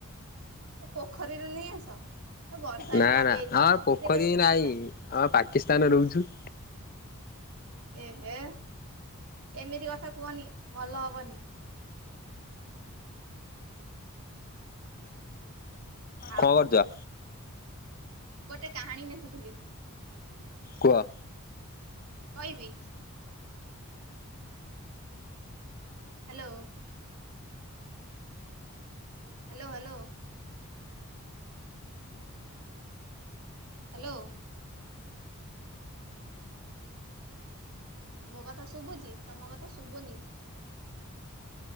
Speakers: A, on the right (about 75°); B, on the left (about 40°).
A: ପୋଖରରୁ ନେଇ ଆସ ଏ ବର୍ଷା
B: ନା
A: ଏବେ ହାଲି
B: ନା
A: ହେଇଥିଲା
B: ଆମର
A: ରଖିଦେଲେ
B: ପୋଖରୀ
A: ହେଇନଥାନ୍ତା
B: ନାହିଁ ଆମ ପାକିସ୍ତାନରେ ରହୁଛୁ।
A: ଏହେ ଏମିତି କଥା କୁହନି। ଭଲ ହବନି। ଆଉ
B: କଣ କରୁଚ?
A: ଗୋଟେ କାହାଣୀ ଲେଖୁଥିଲି।
B: କୁହ?
A: କହିବି? ହାଲୋ। Hello hello. ହାଲୋ। ମୋ କଥା ଶୁଭୁଚି? ତମ କଥା ଶୁଭୁନି।